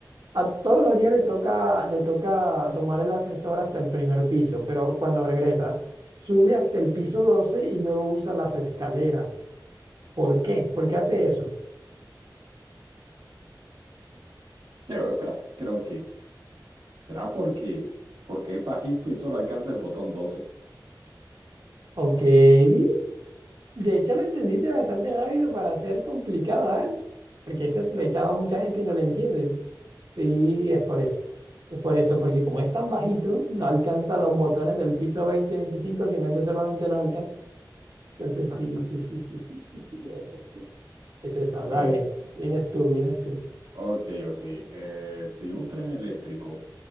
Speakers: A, on the right; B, on the right.
A: A todos los días le toca, le toca tomar el ascensor hasta el primer piso, pero cuando regresa, sube hasta el piso 12 y luego usa las escaleras. ¿Por qué? ¿Por qué hace eso?
B: Creo, espera, creo que será porque, porque es bajito y solo alcanza el botón 12.
A: Ok, de hecho lo entendiste bastante rápido para ser complicada, ¿eh? Porque esto se lo he echado a mucha gente y no lo entienden. Sí, es por eso. Es por eso, porque como es tan bajito, no alcanza los botones del piso 20 y 25, sino que solamente los alcanza. Entonces,
B: <laughs>
A: sí, sí, sí, sí, sí, sí, sí, es, es, es- es esa. Dale,
B: Eh,
A: vienes tú, vienes tú.
B: ok, ok. Eh, si un tren eléctrico